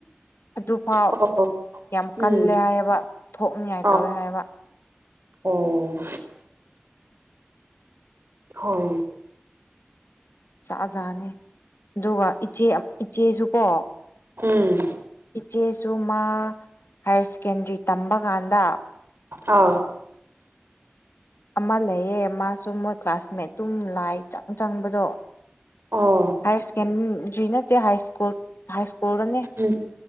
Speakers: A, on the left; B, on the right.
A: ꯑꯗꯨꯐꯥꯎ
B: ꯑꯣ
A: ꯌꯥꯝ ꯀꯜꯂꯦ
B: ꯎꯝ
A: ꯍꯥꯏꯌꯦꯕ ꯊꯣꯛꯅꯤꯉꯥꯏ
B: ꯑ
A: ꯇꯧꯋꯦ ꯍꯥꯏꯑꯕ
B: ꯑꯣ ꯍꯣꯏ
A: ꯖꯥꯠ ꯖꯠꯅꯤ ꯑꯗꯨꯒ ꯏꯆꯦ ꯏꯆꯦꯁꯨ ꯀꯣ
B: ꯎꯝ
A: ꯏꯆꯦꯁꯨ ꯃꯥ ꯍꯥꯏꯔ ꯁꯦꯀꯦꯟꯗ꯭ꯔꯤ ꯇꯝꯕ ꯀꯥꯟꯗ
B: ꯑꯥꯎ
A: ꯑꯃ ꯂꯩꯌꯦ ꯃꯥꯁꯨ ꯃꯣꯏ ꯀ꯭ꯂꯥꯁꯃꯦꯠ ꯑꯗꯨꯝ ꯂꯥꯏ ꯆꯪ ꯆꯪꯕꯗꯣ
B: ꯑꯣ
A: ꯍꯥꯌꯔ ꯁꯦꯀꯦꯟꯗ꯭ꯔꯤ ꯅꯠꯇꯦ ꯍꯥꯏ ꯁ꯭ꯀꯨꯜ ꯍꯥꯏ ꯁ꯭ꯀꯨꯜꯗꯅꯦ
B: ꯎꯝ